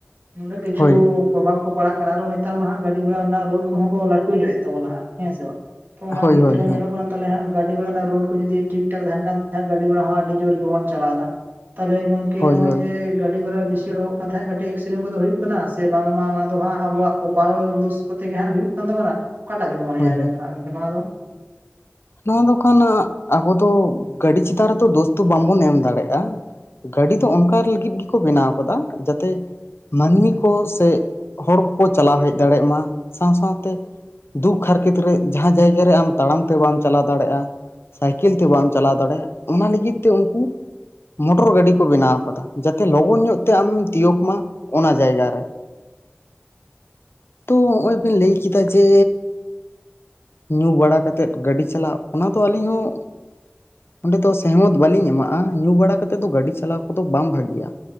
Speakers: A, on the right (about 55°); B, on the left (about 75°).
A: ᱱᱩᱱᱟᱜ ᱠᱤᱪᱩ
B: ᱦᱳᱭ
A: ᱯᱨᱚᱵᱷᱟᱯ ᱠᱚ ᱯᱟᱲᱟᱜ ᱠᱟᱱᱟ ᱟᱨᱦᱚ ᱱᱮᱛᱟᱨ ᱢᱟ ᱦᱜ ᱜᱟᱹᱰᱤ ᱜᱚᱲᱟ ᱨᱮᱱᱟᱜ ᱨᱳᱰ ᱠᱚᱦᱚᱸ ᱠᱚ ᱞᱟᱹᱴᱩᱭᱮᱜ ᱛᱟᱵᱚᱱᱟ ᱦᱟᱸᱜ ᱦᱮ ᱥᱮᱸ ᱵᱟᱝ ᱛᱚ ᱚᱱᱟ
B: ᱦᱳᱭ
A: ᱠᱷᱮᱛᱨᱮ
B: ᱦᱳᱭ ᱦᱳᱭ
A: ᱨᱮᱦᱚ ᱧᱮᱞᱚᱜ ᱠᱟᱱᱟ ᱛᱟᱞᱮ ᱦᱟᱸᱜ ᱜᱟᱹᱰᱤ ᱜᱷᱚᱲᱟ ᱨᱮᱱᱟᱜ ᱨᱳᱰ ᱠᱚ ᱡᱩᱫᱤ ᱴᱷᱤᱠ ᱴᱷᱟᱠ ᱛᱟᱦᱮᱱ ᱠᱟᱱ ᱜᱟᱹᱰᱤ ᱜᱷᱚᱲᱟ ᱦᱚᱸ ᱟᱹᱰᱤ ᱡᱳᱨ ᱜᱮᱵᱚᱱ ᱪᱟᱞᱟᱣᱫᱟ ᱛᱟᱞᱮ ᱜᱚᱝᱠᱮ
B: ᱦᱳᱭ
A: ᱱᱚᱜ-ᱚᱭ
B: ᱦᱳᱭ
A: ᱡᱮ ᱜᱟᱹᱰᱤ ᱠᱚᱨᱮ ᱵᱤᱥᱤ ᱚᱰᱚᱝᱚᱜ ᱠᱟᱱ ᱛᱟᱦᱮᱫ ᱠᱟᱹᱴᱤᱡ ᱮᱠᱥᱤᱰᱮᱱᱴ ᱠᱚᱫᱚ ᱦᱩᱭᱩᱜ ᱠᱟᱱᱟ ᱥᱮ ᱵᱟᱝᱢᱟ ᱚᱱᱟ ᱫᱚ ᱦᱟᱸᱜ ᱟᱵᱚᱣᱟᱜ ᱠᱚᱯᱟᱞ ᱠᱚᱯᱟᱞ ᱫᱳᱥ ᱥᱩᱛᱤ ᱜᱮ ᱦᱟᱸᱜ ᱦᱩᱭᱩᱜ ᱠᱟᱱ ᱛᱟᱵᱚᱱᱟ ᱚᱠᱟᱴᱟᱜ ᱵᱮᱱ ᱢᱚᱱᱮᱭᱟ
B: ᱦᱳᱭ
A: ᱟᱵᱮᱱ
B: ᱦᱳᱭ
A: ᱫᱚ ᱦᱟᱜ ᱱᱚᱣᱟ ᱫᱚ
B: ᱱᱚᱣᱟ ᱫᱚ ᱠᱟᱱᱟ ᱟᱵᱚ ᱫᱚ ᱜᱟᱹᱰᱤ ᱪᱮᱛᱟᱱ ᱨᱮᱫᱚ ᱫᱳᱥ ᱫᱚ ᱵᱟᱝᱵᱚᱱ ᱮᱢ ᱫᱟᱲᱮᱜ-ᱟ ᱜᱟᱹᱰᱤ ᱫᱚ ᱚᱱᱠᱟ ᱞᱟᱹᱜᱤᱫ ᱜᱮᱠᱚ ᱵᱮᱱᱟᱣ ᱠᱟᱫᱟ ᱡᱟᱛᱮ ᱢᱟᱹᱱᱢᱤ ᱠᱚ ᱥᱮ ᱦᱚᱲ ᱠᱚ ᱪᱟᱞᱟᱣ ᱦᱮᱡ ᱫᱟᱲᱮᱭᱟᱜ ᱢᱟ ᱥᱟᱶ ᱥᱟᱶᱛᱮ ᱫᱩᱠ ᱦᱟᱨᱠᱮᱛ ᱨᱮ ᱡᱟᱦᱟᱸ ᱡᱟᱭᱜᱟ ᱨᱮ ᱟᱢ ᱛᱟᱲᱟᱢ ᱛᱮ ᱵᱟᱢ ᱪᱟᱞᱟᱣ ᱫᱟᱲᱮᱭᱟᱜ-ᱟ ᱥᱟᱭᱠᱮᱞ ᱛᱮ ᱵᱟᱢ ᱪᱟᱞᱟᱣ ᱫᱟᱲᱮᱭᱟᱜ ᱚᱱᱟ ᱞᱟᱹᱜᱤᱫ ᱛᱮ ᱩᱱᱠᱩ ᱢᱚᱴᱚᱨ ᱜᱟᱹᱰᱤ ᱠᱚ ᱵᱮᱱᱟᱣ ᱠᱟᱫᱟ ᱡᱟᱛᱮ ᱞᱚᱜᱚᱱ ᱧᱚᱜ ᱛᱮ ᱟᱢᱮᱢ ᱛᱤᱭᱳᱠ ᱢᱟ ᱚᱱᱟ ᱡᱟᱭᱜᱟ ᱨᱮ ᱛᱚ ᱦᱚᱜ ᱚᱭ ᱵᱮᱱ ᱞᱟᱹᱭ ᱠᱮᱫᱟ ᱡᱮ ᱧᱩ ᱵᱟᱲᱟ ᱠᱟᱛᱮᱫ ᱜᱟᱹᱰᱤ ᱪᱟᱞᱟᱜ ᱚᱱᱟ ᱫᱚ ᱟᱹᱞᱤᱧ ᱦᱚᱸ ᱚᱸᱰᱮ ᱫᱚ ᱥᱮᱦᱚᱢᱚᱛ ᱵᱟᱹᱞᱤᱧ ᱮᱢᱟᱜ-ᱟ ᱧᱩ ᱵᱟᱲᱟ ᱠᱟᱛᱮ ᱫᱚ ᱜᱟᱹᱰᱤ ᱪᱟᱞᱟᱣ ᱠᱚᱫᱚ ᱵᱟᱝ ᱵᱷᱟᱹᱜᱤᱭᱟ